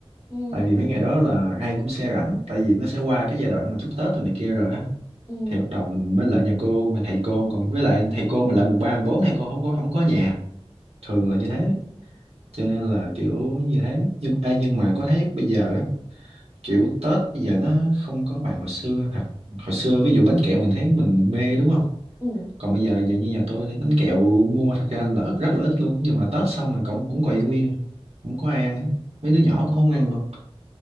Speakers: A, on the left (about 30°); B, on the right (about 80°).
A: ừ
B: tại vì mấy ngày đó là ai cũng sẽ rảnh tại vì nó sẽ qua cái giai đoạn mà chúc Tết rồi này kia rồi á
A: ừ
B: thì bắt đầu mình mới lại nhà cô mà thầy cô còn với lại thầy cô mình lại mùng ba mùng bốn thầy cô không có không có nhà thường
A: ừ
B: là như thế cho nên là kiểu như thế nhưng ê, nhưng mà có thấy bây giờ á kiểu Tết bây giờ nó không có bằng hồi xưa thật hồi xưa ví dụ bánh kẹo mình thấy mình mê đúng không
A: ừ
B: còn bây giờ nhà như nhà tôi thì bánh kẹo mua thật ra là ít, rất là ít luôn nhưng mà Tết xong rồi cũng cũng còn nguyên không có ai ăn mấy đứa nhỏ cũng không ăn luôn